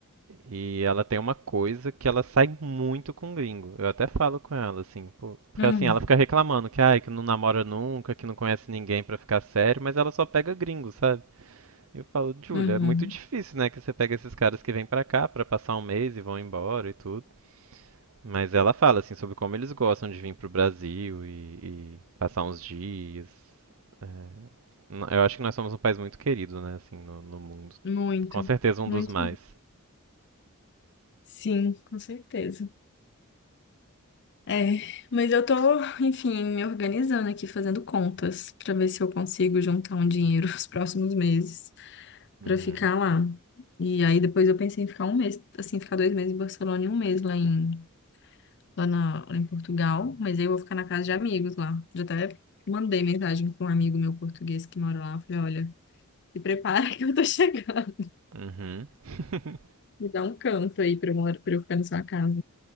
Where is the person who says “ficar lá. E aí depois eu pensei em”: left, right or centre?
Left